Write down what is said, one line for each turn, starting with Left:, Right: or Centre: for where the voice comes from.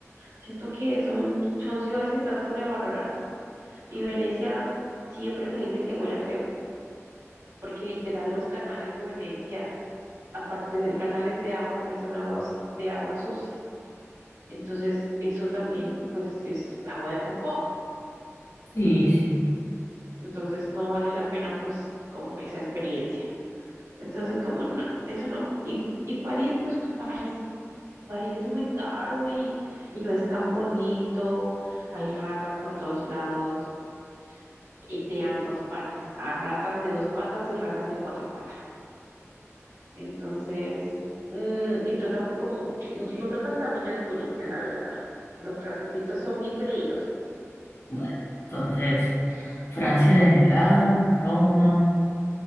Right: siento que son, son ciudades que están sobrevaloradas. Y Venecia siempre me dicen que huele a feo, porque literal los canales de Venecia, aparte de ser canales de agua, también son aguas de aguas sucias. Entonces, eso también, pues, es agua de popó.
Left: Sí, sí.
Right: Entonces, no vale la pena, pues, como esa experiencia. Entonces, como, no, eso no. Y, y París, pues, tú- París, París es muy caro y, y no es tan bonito. Hay ratas por todos lados y de ambas partes. Hay ratas de dos patas y ratas de cuatro patas. Entonces, mm, y tratan como, no tratan también al turista, la verdad. Los francesitos son bien creídos.
Left: Bueno, entonces, Francia denegado, Roma.